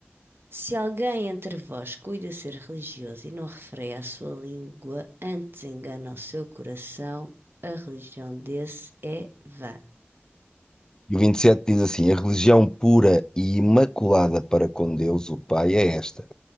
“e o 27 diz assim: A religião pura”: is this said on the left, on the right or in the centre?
Left